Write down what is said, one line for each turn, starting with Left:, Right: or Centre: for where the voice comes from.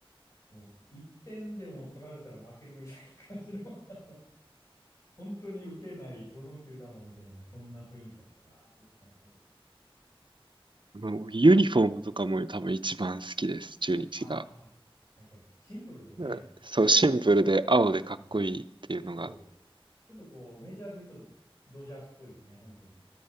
Left: もう1点でも取られたら負けるみたいな感じの、<laughs> あの、本当に打てない、どの球団もみたいな、そんな雰囲気だったな、ちあの頃。
Right: もうユニフォームとかも多分一番好きです、中日が。
Left: ああ、確かに、シンプルでね、
Right: うんそう、シンプルで青でかっこいいっていうのが。
Left: うん、そう。ちょっとこう、メジャーで言うと、ドジャースっぽいよね、本当に。